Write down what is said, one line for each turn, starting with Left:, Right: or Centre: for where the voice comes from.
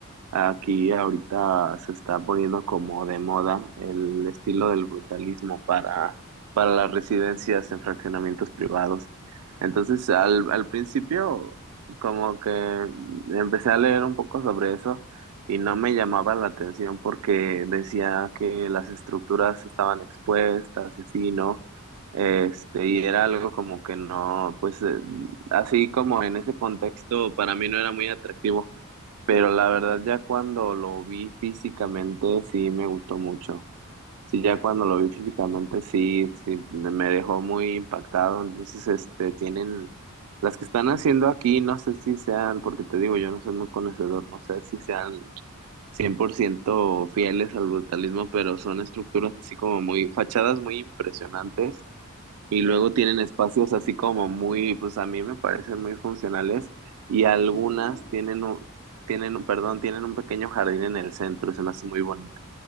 Right: Aquí ahorita se está poniendo como de moda el estilo del brutalismo para, para las residencias en fraccionamientos privados. Entonces, al, al principio, como que empecé a leer un poco sobre eso y no me llamaba la atención porque decía que las estructuras estaban expuestas y así, ¿no? Este, y era algo como que no, pues eh, así como en ese contexto para mí no era muy atractivo. Pero la verdad ya cuando lo vi físicamente sí me gustó mucho. Sí,
Left: Claro.
Right: ya cuando lo vi físicamente sí, sí me me dejó muy impactado. Entonces, este, tienen las que están haciendo aquí, no sé si sean, porque te digo, yo no soy muy conocedor, no sé si sean 100% fieles al brutalismo, pero son estructuras así como muy, fachadas muy impresionantes y
Left: ¿Ya?
Right: luego tienen espacios así como muy, pues a mí me parecen muy funcionales y algunas
Left: ¿Y cómo?
Right: tienen un, tienen, un- perdón, tienen un pequeño jardín en el centro, se me hace muy bonito.